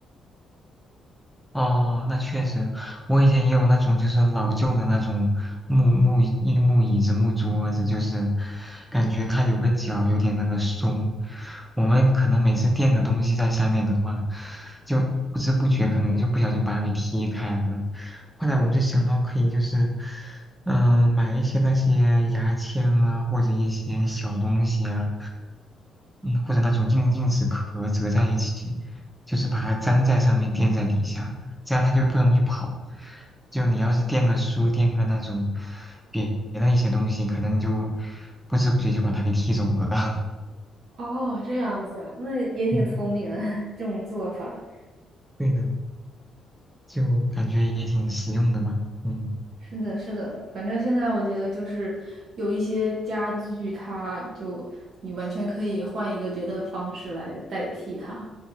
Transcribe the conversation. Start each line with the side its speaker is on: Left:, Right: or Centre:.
Centre: 哦，那确实，我以前也有那种就是老旧的那种木木一木椅子、木桌子，就是感觉它有个角有点那个松。我们可能每次垫个东西在下面的话，就不知不觉可能就不小心把它给踢开了。后来我们就想到可以就是，嗯、买一些那些牙签啊，或者一些小东西啊，嗯，或者那种硬硬纸壳折在一起，就是把它粘在上面，垫在底下，这样它就不容易跑。就你要是垫个书，垫个那种别别的一些东西，可能你就不知不觉就把它给踢走了。<laughs>
Right: 哦，这样子，那也挺聪明的
Centre: 嗯，
Right: <laughs> 这种做法。
Centre: 对的，就感觉也挺实用的吧。嗯。
Right: 是的，是的，反正现在我觉得就是有一些家具，它就你完全可以换一个别的方式来代替它，